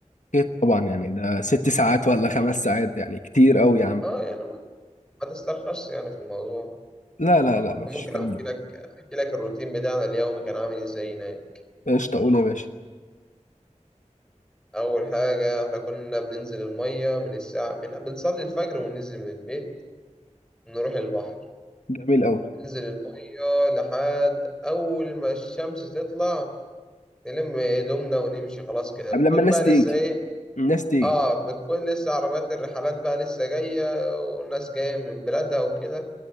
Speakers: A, on the left; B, in the centre.
A: اكيد طبعا يعني ده ست ساعات ولا خمس ساعات يعني كتير قوي يا عم
B: اه يعني ما تسترخصش يعني في الموضوع
A: لا لا لا مفيش
B: ممكن
A: الكلام
B: احكي
A: ده
B: لك احكي لك الروتين بتاعنا اليومي كان عامل ازاي هناك
A: قشطة قول يا باشا
B: اول حاجه احنا كنا بننزل الميه من الساعه من بنصلي الفجر وننزل من البيت نروح البحر
A: جميل قوي
B: ننزل الميه لحد اول ما الشمس تطلع نلم هدومنا ونمشي خلاص كده
A: قبل
B: بكون
A: لما الناس
B: بقى
A: تيجي
B: لسه ايه
A: الناس تيجي
B: اه بتكون لسه عربيات الرحلات بقى لسه جايه والناس جايه من بلادها وكده